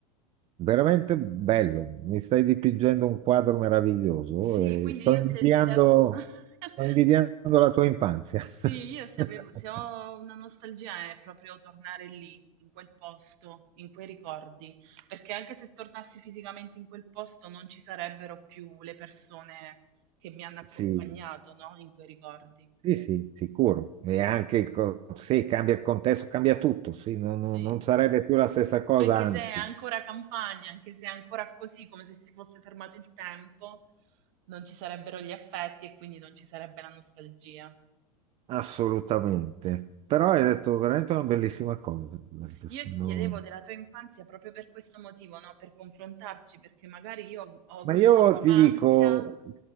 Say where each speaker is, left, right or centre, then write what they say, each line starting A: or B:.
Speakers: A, on the right; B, on the right.
A: veramente bello. Mi stai dipingendo un quadro meraviglioso
B: Sì,
A: e
B: quindi
A: sto
B: io
A: invidiando,
B: se, se- <laughs>
A: sto invidiando la tua infanzia.
B: Sì, io se
A: <laughs>
B: avevo se ho una nostalgia è proprio tornare lì, in quel posto, in quei ricordi, perché anche se tornassi fisicamente in quel posto non ci sarebbero più le persone che mi hanno accompagnato,
A: Sì,
B: no, in quei ricordi.
A: sì, sì, sicuro. E anche, il co- sì, cambia il contesto, cambia tutto, sì, non,
B: Sì.
A: non- non sarebbe più la stessa cosa,
B: Anche
A: anzi,
B: se è ancora campagna, anche se è ancora così, come se si fosse fermato il tempo, non ci sarebbero gli affetti e quindi non ci sarebbe la nostalgia.
A: assolutamente. Però hai detto veramente una bellissima cosa.
B: Io
A: Sono-
B: ti chiedevo della tua infanzia proprio per questo motivo, no? Per confrontarci, perché magari io ho, ho avuto
A: Ma io
B: un'infanzia
A: ti dico,